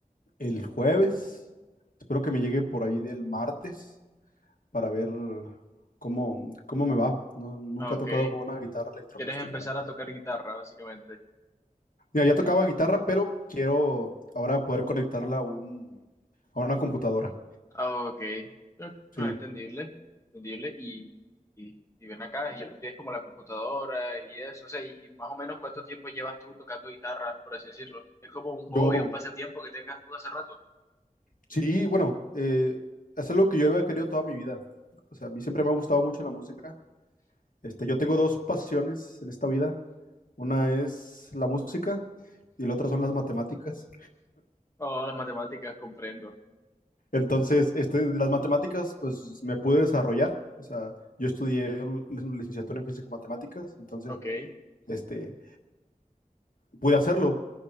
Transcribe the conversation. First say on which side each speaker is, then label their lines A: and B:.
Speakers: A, on the left; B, on the left.
A: el jueves. Espero que me llegue por ahí del martes para ver cómo, cómo me va. No- nunca
B: Ah, ok.
A: he tocado con una guitarra electroacústica,
B: ¿Quieres empezar
A: la
B: a
A: verdad.
B: tocar guitarra, básicamente?
A: Mira, ya tocaba guitarra, pero quiero ahora poder conectarla a un, a una computadora.
B: Ah, ok. Eh, No,
A: Sí.
B: entendible. Entendible. Y, y, y ven acá, y tienes como la computadora y eso. O sea, y y más o menos cuánto tiempo llevas tú tocando guitarra, por así decirlo. Es como un
A: Yo,
B: hobby, un pasatiempo que tengas tú hace rato.
A: Sí, bueno, eh, es algo que yo había querido toda mi vida. O sea, a mí siempre me ha gustado mucho la música. Este, yo tengo dos pasiones en esta vida. Una es la música y la otra son las matemáticas.
B: Oh, las matemáticas, comprendo.
A: Entonces, este, de las matemáticas, pues me pude desarrollar. O sea, yo estudié un- una licenciatura en físico-matemáticas. Entonces,
B: Ok.
A: este, pude hacerlo,